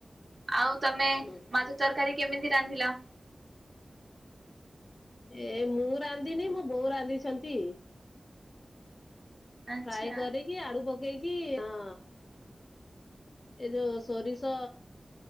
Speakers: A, on the right; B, on the left.
A: ଆଉ ତମେ
B: ହୁଁ
A: ମାଛ ତରକାରୀ କେମିତି ରାନ୍ଧିଲ?
B: ଏ ମୁଁ ରାନ୍ଧିନି ମୋ ବୋଉ ରାନ୍ଧିଛନ୍ତି।
A: ଆଚ୍ଛା
B: ଫ୍ରାଏ କରିକି ଆଳୁ ପକେଇକି ହଁ। ଏ ଯୋଉ ସୋରିଷ